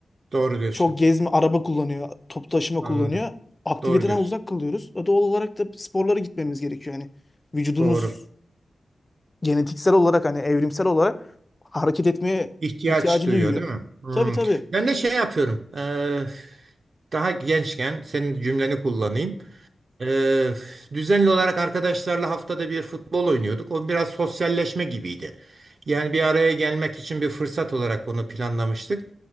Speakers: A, on the right (about 55°); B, on the left (about 20°).
A: Doğru diyorsun.
B: Çok gezme, araba kullanıyor, toplu taşıma
A: Anladım.
B: kullanıyor. Aktiviteden
A: Doğru diyorsun.
B: uzak kalıyoruz. O doğal olarak da sporlara gitmemiz gerekiyor. yani vücudumuz
A: Doğru.
B: genetiksel olarak hani evrimsel olarak hareket etmeye
A: İhtiyaç
B: ihtiyacı
A: duyuyor,
B: duyuyor.
A: değil mi? Hmm.
B: Tabii tabii.
A: Ben de şey yapıyorum. Ee, daha gençken senin cümleni kullanayım. Ee, düzenli olarak arkadaşlarla haftada bir futbol oynuyorduk. O biraz sosyalleşme gibiydi. Yani bir araya gelmek için bir fırsat olarak onu planlamıştık.